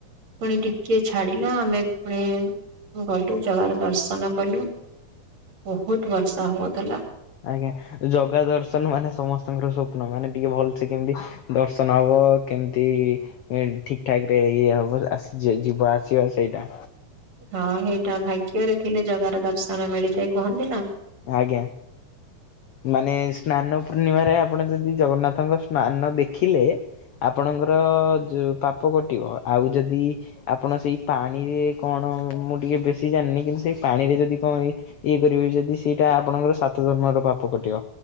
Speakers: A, on the right; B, on the left.
A: ପୁଣି ଟିକେ ଛାଡିଲା ଆମେ ପୁଣି ଗଲୁ ଜଗାର ଦର୍ଶନ କଲୁ ବହୁତ ବର୍ଷା ହଉଥିଲା।
B: ଆଜ୍ଞା ଜଗା ଦର୍ଶନ ମାନେ ସମସ୍ତଙ୍କର ସ୍ୱପ୍ନ ମାନେ ଟିକେ ଭଲସେ କେମିତି ଦର୍ଶନ ହବ କେମିତି ଇଏ ଠିକ୍ ଠାକ ରେ ଇଏ ହବ ଆସ <unintelligible> ଯିବା ଆସିବା ସେଇଟା।
A: ହଁ ହେଇଟା ଭାଗ୍ୟରେ ଥିଲେ ଜଗାର ଦର୍ଶନ ମିଳିଥାଏ କୁହନ୍ତି ନା।
B: ଆଜ୍ଞା ମାନେ ସ୍ନାନ ପୂର୍ଣ୍ଣିମାରେ ଆପଣ ଯଦି ଜଗନ୍ନାଥ ଙ୍କ ସ୍ନାନ ଦେଖିଲେ ଆପଣଙ୍କର ଯେ ପାପ କଟିବ। ଆଉ ଯଦି ଆପଣ ସେଇ ପାଣିରେ କଣ ମୁଁ ଟିକିଏ ବେଶୀ ଜାଣିନି କିନ୍ତୁ ସେ ପାଣିରେ ଯଦି କଣ ଇଏ କରିବେ ଯଦି ସେଇଟା ଆପଣଙ୍କର ସାତ ଜନ୍ମର ପାପ କଟିବ।